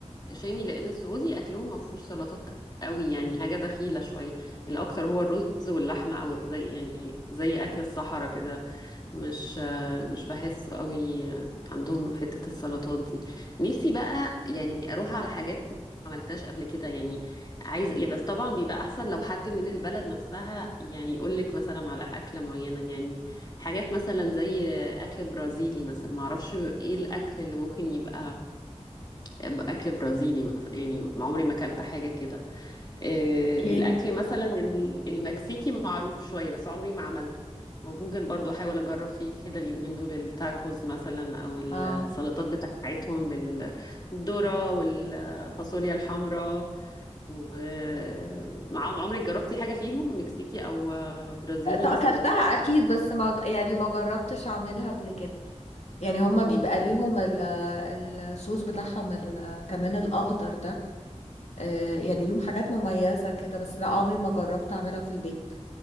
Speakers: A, on the left; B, on the left.
A: شامي لان السعودي اكلهم ما فيهوش سلطات قوي يعني حاجة دخيلة شوية الاكتر هو الرز واللحمة او زي يعني زي اكل الصحراء كده مش مش بحس قوي عندهم حتة السلطات دي نفسي بقى يعني اروح على حاجات ما عملتهاش قبل كده يعني عايز يا بس طبعا بيبقى احسن لو حد من البلد نفسها يعني يقول لك مثلا على اكلة معينة يعني حاجات مثلا زي اكل برازيلي مثلا ما اعرفش ايه الاكل اللي ممكن يبقى اكل برازيلي مثلا يعني ما عمري ما اكلت حاجة كده آه،
B: اوكي
A: الأكل مثلا ال- المكسيكي معروف شوية بس عمري ما عملته ممكن برضو أحاول أجرب فيه كده اليومين دول التاكوز مثلا أو السلطات
B: اه
A: بتاعتهم بالذرة والفاصوليا الحمراء ومعاهم عمرك جربتي حاجة فيهم مكسيكي أو آه، برازيلي
B: ط-
A: مثلا؟
B: اكلتها اكيد بس ما يعني ما جربتش اعملها قبل كده يعني هما بيبقى
A: مم.
B: ليهم ال- الصوص بتاعهم ال- كمان الاخضر ده آه،
A: مم.
B: يعني ليهم حاجات مميزه كده بس لا عمري ما جربت اعملها في البيت